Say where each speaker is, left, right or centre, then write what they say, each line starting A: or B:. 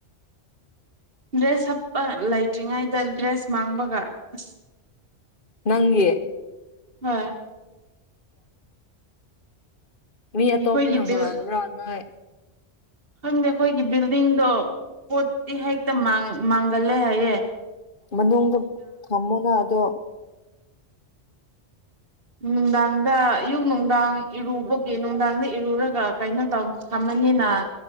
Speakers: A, on the right (about 55°); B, on the left (about 50°).
A: ꯗ꯭ꯔꯦꯁ ꯍꯥꯞꯄ ꯂꯩꯇ꯭ꯔꯤꯉꯩꯗ ꯗ꯭ꯔꯦꯁ ꯃꯥꯡꯕꯒ ꯑꯁ
B: ꯅꯪꯒꯤ
A: ꯍꯣꯏ
B: ꯃꯤ ꯑ
A: ꯑꯩꯈꯣꯏꯒꯤ
B: ꯇꯣ ꯑꯣꯞꯅꯍ
A: ꯕꯤꯜ
B: ꯔꯅꯅ
A: ꯈꯪꯗꯦ ꯑꯩꯈꯣꯏꯒꯤ ꯕꯤꯜꯗꯤꯡꯗꯣ ꯄꯣꯠꯇꯤ ꯍꯦꯛꯇ ꯃꯥꯡꯒꯜꯂꯦ ꯍꯥꯏꯌꯦꯦ
B: ꯃꯅꯨꯡꯗ ꯊꯝꯃꯣꯅ ꯑꯗꯣ
A: ꯅꯨꯡꯗꯥꯡꯗ ꯑꯌꯨꯛ ꯅꯨꯡꯗꯥꯡ ꯏꯔꯨꯕꯒꯤ ꯅꯨꯡꯗꯥꯡꯗ ꯏꯔꯨꯔꯒ ꯀꯩꯅꯣ ꯇꯧ ꯊꯝꯃꯅꯤꯅ